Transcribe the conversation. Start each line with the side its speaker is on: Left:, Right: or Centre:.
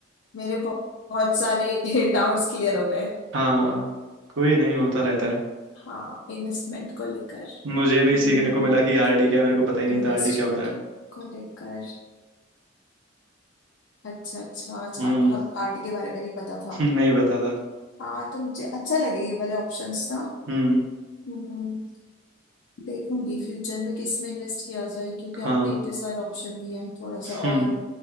Left: मेरे बहुत, बहुत सारे <laughs> डाउट्स क्लियर हो गए
Right: हाँ कोई नहीं होता रहता है।
Left: हाँ इन्वेस्टमेंट को लेकर
Right: मुझे भी
Left: हम्म
Right: सीखने को मिला कि आरडी क्या है मेरे
Left: इन्वेस्टमेंट
Right: को पता ही नहीं था आरडी क्या होता है
Left: को लेकर अच्छा अच्छा अच्छा
Right: हम्म
Left: आपको हब आर्ट के बारे में नहीं पता था
Right: <laughs> नहीं पता था
Left: हाँ तो मुझे अच्छा लगे ये वाले ऑप्शंस ना
Right: हम्म
Left: हम्म देखूंगी फ्यूचर में किस में इन्वेस्ट किया जाए क्योंकि आपने
Right: हाँ
Left: इतने सारे ऑप्शन दिए हैं थोड़ा
Right: हम्म
Left: सा और